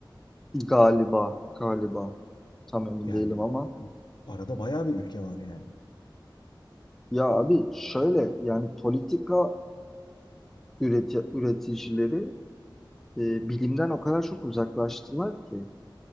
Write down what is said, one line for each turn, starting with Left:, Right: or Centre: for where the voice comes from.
Centre: Galiba, galiba. Tam emin
Left: Yani
Centre: değilim ama.
Left: bu arada bayağı bir ülke var yani.
Centre: Ya abi şöyle yani politika üreti üreticileri e, bilimden o kadar çok uzaklaştılar ki